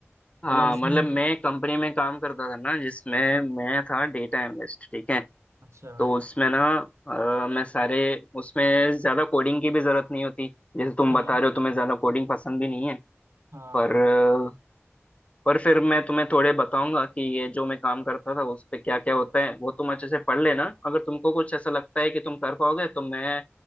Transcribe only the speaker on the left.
हाँ
मतलब मैं कंपनी में काम करता था ना जिसमें मैं था डेटा एनालिस्ट ठीक है
तो उसमें ना अ, मैं सारे उसमें ज्यादा कोडिंग की भी जरूरत नहीं होती जैसे तुम
बता रहे हो तुम्हें ज्यादा कोडिंग पसंद भी नहीं है
पर अ, पर फिर मैं तुम्हें थोड़े बताऊंगा कि ये जो मैं काम करता था उस पे क्या क्या होता है वो तुम अच्छे से पढ़ लेना अगर तुमको कुछ ऐसा लगता है कि तुम कर पाओगे तो मैं